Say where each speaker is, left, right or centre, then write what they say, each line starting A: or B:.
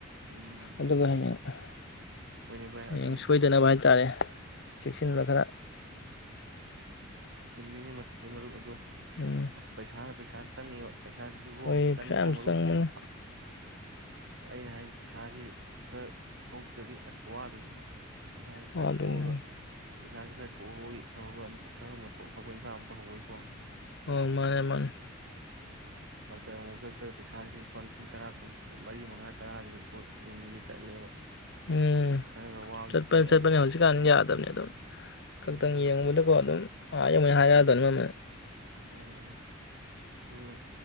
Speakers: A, on the right (about 60°); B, on the left (about 55°).
A: ꯎꯝ
B: ꯑꯗꯨꯒ ꯍꯌꯦꯡ ꯇꯥꯕ ꯉꯝꯗꯕ
A: ꯍꯣꯏꯅꯦ ꯚꯥꯏ
B: ꯍꯌꯦꯡ
A: ꯑꯗꯨꯅꯤ
B: ꯁꯣꯏꯗꯅꯕ
A: ꯑꯁ
B: ꯍꯥꯏꯇꯥꯔꯦ ꯆꯦꯛꯁꯤꯟꯕ ꯈꯔ
A: ꯆꯨꯝꯃꯤꯅꯦ ꯃꯠ ꯑꯦ ꯃꯔꯨꯞ ꯑꯗꯣ
B: ꯎꯝ
A: ꯑꯁ ꯄꯩꯁꯥꯅ ꯄꯩꯁꯥ ꯑꯥꯗ ꯆꯪꯉꯤꯔꯣ ꯄꯩꯁꯥꯖꯤꯖꯨ ꯀꯣ
B: ꯍꯣꯏ
A: ꯆꯪꯉꯤꯀꯣ
B: ꯄꯩꯁꯥ ꯌꯥꯝ
A: ꯃꯔꯨꯞ
B: ꯆꯪꯕꯅꯤ
A: ꯑ ꯑꯩꯅ ꯍꯥꯏꯖꯤ ꯄꯩꯁꯥꯖꯤ ꯈꯔ ꯊꯣꯛꯇ꯭ꯔꯗꯤ ꯑꯁ ꯋꯥꯗꯣꯏꯅꯤꯅꯦ ꯄꯩꯁꯥꯖꯤ ꯈꯔ
B: ꯋꯥꯗꯣꯏꯅꯤ
A: ꯊꯣꯛꯑꯒ ꯄꯩꯁꯥꯖꯤ ꯈꯔ ꯊꯣꯛꯍꯧꯕꯒꯤ ꯐꯕꯋꯥꯅꯤ ꯄꯩꯁꯥꯒꯨꯝꯕ ꯊꯣꯛ ꯊꯕꯛ ꯏꯟꯈꯥꯡ ꯑꯃ ꯇꯧꯍꯧꯕꯒꯤ ꯀꯣ
B: ꯑꯧ ꯃꯥꯅꯦ ꯃꯥꯅꯦ
A: ꯗꯣꯛꯇꯔ ꯑꯃꯨꯛ ꯃꯨꯛ ꯆꯠꯄꯗ ꯄꯩꯁꯥꯖꯤꯗꯤ ꯂꯨꯄꯥ ꯂꯤꯁꯤꯡ ꯇꯔꯥ ꯀꯨꯟ ꯃꯔꯤ ꯃꯉꯥ ꯇꯔꯥꯗꯒꯤ ꯁꯣꯏ ꯑꯗꯨꯝ ꯆꯠꯂꯦꯕ
B: ꯎꯝ
A: ꯈꯔꯒ ꯋꯥꯕ
B: ꯆꯠꯄꯅꯤ
A: ꯅꯠꯇꯦ
B: ꯆꯠꯄꯅꯤ
A: ꯑꯩ ꯑꯩꯈꯣꯏ
B: ꯍꯧꯖꯤꯛꯀꯥꯟ
A: ꯑꯩꯈꯣꯏ
B: ꯌꯥꯗꯕꯅꯤ ꯑꯗꯨꯝ ꯀꯛꯇꯪ
A: ꯎꯝ
B: ꯌꯦꯡꯉꯨꯕꯗꯀꯣ ꯑꯗꯨꯝ ꯑꯥ ꯌꯧꯃꯩ ꯍꯥꯏꯔꯑꯗꯣꯅꯤ ꯃꯃꯜ
A: ꯎꯝ-ꯎꯝ- ꯑꯗꯨꯗꯨꯅ